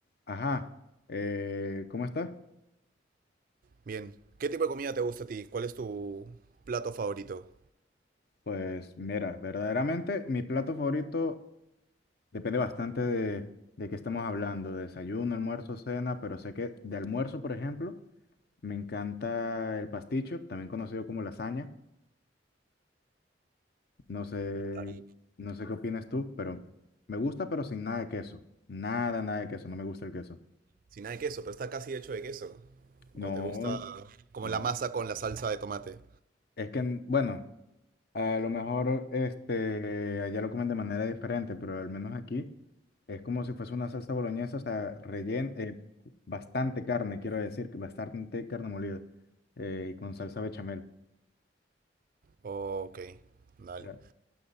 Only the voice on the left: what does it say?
Ajá, eh, ¿cómo estás?
Pues mira, verdaderamente mi plato favorito depende bastante de, de qué estamos hablando, de desayuno, almuerzo, cena, pero sé que de almuerzo, por ejemplo, me encanta el pasticho, también conocido como lasaña. No sé,
no sé qué opinas tú, pero me gusta, pero sin nada de queso. Nada, nada de queso, no me gusta el queso.
No,
no.
Es que, bueno. A lo mejor este, allá lo comen de manera diferente, pero al menos aquí es como si fuese una salsa boloñesa, o sea, rellen, eh, bastante carne, quiero decir, que bastante carne molida eh, y con salsa bechamel.
Ya. O